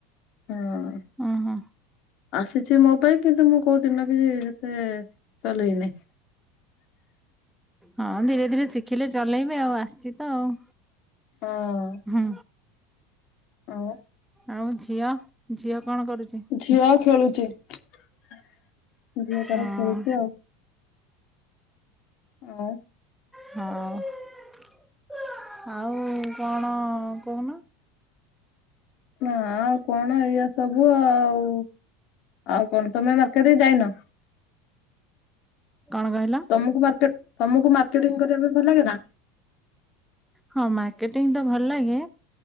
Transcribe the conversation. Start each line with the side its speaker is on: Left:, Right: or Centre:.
Left: ହଁ।
Centre: ଅଁ ହଁ।
Left: ଆସିଛି ମୋ ପାଇଁ କିନ୍ତୁ ମୁଁ କୋଉ ଦିନ ବି ହେତେ ଚଲେଇନି।
Centre: ହଁ ଧୀରେ ଧୀରେ ଶିଖିଲେ ଚଲେଇବେ ଆଉ ଆସିଛି ତ ଆଉ।
Left: ହଁ।
Centre: ହୁଁ।
Left: ଆଉ।
Centre: ଆଉ ଝିଅ ଝିଅ କଣ କରୁଛି।
Left: ଝିଅ ଖେଳୁଚି ଝିଅ ତାର
Centre: ହଁ
Left: ଖେଳୁଚି ଆଉ। ଆଉ।
Centre: ହଉ ଆଉ କଣ କହୁନ।
Left: ନା ଆଉ କଣ ଏଇଆ ସବୁ ଆଉ ଆଉ କଣ ତମେ ମାର୍କେଟେକି ଯାଇନ।
Centre: କଣ କହିଲ?
Left: ତମକୁ ମାର୍କେଟ୍ ତମକୁ ମାର୍କେଟିଙ୍ଗ୍ କରିବା ପାଇଁ ଭଲ ଲାଗେ ନା।
Centre: ହଁ ମାର୍କେଟିଙ୍ଗ୍ ତ ଭଲ ଲାଗେ